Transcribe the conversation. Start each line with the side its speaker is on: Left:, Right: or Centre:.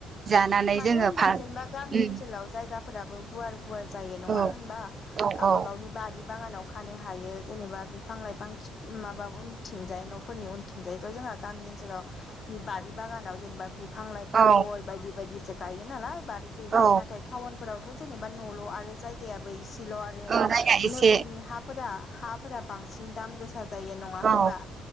Right: जानानै
Left: मानो
Right: जोङो
Left: होनबा
Right: फा
Left: जेनेबा गामि
Right: उम
Left: ओनसोलाव जायगाफोरा आंबो गुवार गुवार जायो नंङा
Right: औ
Left: होमबा
Right: औ
Left: गावबा-गावनि
Right: औ
Left: बारि बागानाव खानो हायो जेनेबा बिफां लाइफां माबा उनथिंजाय फोरनि उनथिं जायथ' जोंहा गामि ओनसोलाव बारि बागानाव जेनेबा बिफां लाइफां
Right: औ
Left: गय बायदि बायदिसो गायो नालाय बारिखैजाय
Right: औ
Left: नाथाय टाउन फोरावथ' जेनेबा न'ल' आरो जायगायाबो इसेल' आरो
Right: औ जायगा एसे
Left: नोगोरनि हाफोरा हाफोरा बांसिन दाम गोसा जायो नङा होनबा
Right: औ